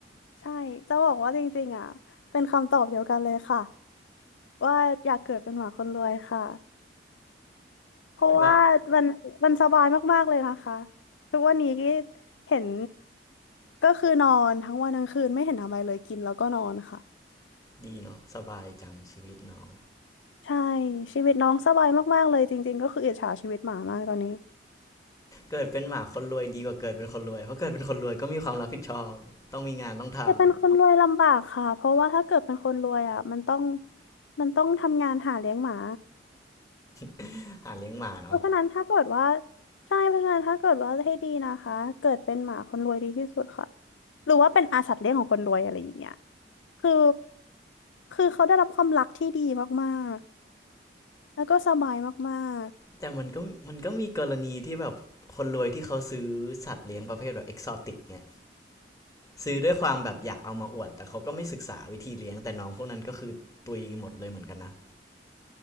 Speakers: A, on the left (about 90°); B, on the left (about 20°).
A: ใช่จะบอกว่าจริงๆอ่ะเป็นคำตอบเดียวกันเลยค่ะว่าอยากเกิดเป็นหมาคนรวยค่ะ เพราะว่ามันมันสบายมากๆเลยนะคะ
B: แบบ
A: ทุกวันนี้ที่เห็นก็คือนอนทั้งวันทั้งคืนไม่เห็นทำอะไรเลยกินแล้วก็นอนค่ะ
B: ดีเนาะสบายจังชีวิตน้อง
A: ใช่ชีวิตน้องสบายมากๆเลยจริงๆก็คืออิจฉาชีวิตหมามากตอนนี้
B: เกิดเป็นหมาคนรวยดีกว่าเกิดเป็นคนรวยเพราะเกิดเป็นคนรวยก็มีความรับผิดชอบต้องมีงานต้องทำ
A: แต่เป็นคนรวยลำบากค่ะเพราะว่าถ้าเกิดเป็นคนรวยอ่ะมันต้องมันต้องทำงานหาเลี้ยงหมา
B: <laughs> หาเลี้ยงหมาเนาะ
A: เพราะฉะนั้นถ้าเกิดว่าใช่เพราะฉะนั้นถ้าเกิดว่าให้ดีนะคะเกิดเป็นหมาคนรวยดีที่สุดค่ะหรือว่าเป็นอาสัตว์เลี้ยงของคนรวยอะไรอย่างเงี้ย คือคือเขาได้รับความรักที่ดีมากๆแล้วก็สบายมาก
B: แต่มันก็มันก็มีกรณีที่แบบคนรวยที่เขาซื้อสัตว์เลี้ยงประเภทแบบเอกซอติกเนี่ย ซื้อด้วยความแบบอยากเอามาอวดแต่เขาก็ไม่ศึกษาวิธีเลี้ยงแต่น้องพวกนั้นก็คือตุยหมดเลยเหมือนกันนะ